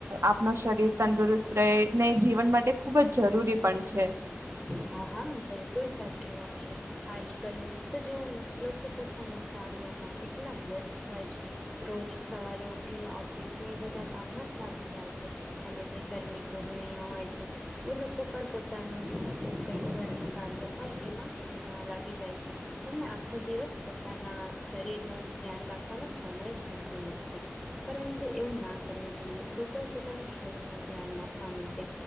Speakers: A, on the right (about 65°); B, in the centre.
A: આપણ શરીર તંદુરસ્ત રહે ને જીવન માટે ખૂબ જ જરૂરી પણ છે.
B: હા હા બિલકુલ સાચી વાત છે આજ કલ તો જવઓ ને લોકો પોતાના કાર્યમાં એટલા વ્યસ્ત હોય છે રોજ સવારે ઉઠીને ઓફિસને એ બધા કામમાં જ લાગી જાય છે અને જે ઘરની ગૃહિણીઓ હોય છે એ લોકો પણ પોતાનું જે કઈ ઘરનું કાર્ય હોય એમાં લાગી જાય છે. એમને આખો દિવસ પોતાના શરીર ન ધ્યાન રાખવાનો સમય જ નથી મળતો. પરંતુ એવું ના કરવું જોઈએ લોકોએ પોતાના શરીરનું ધ્યાન રાખવા માટે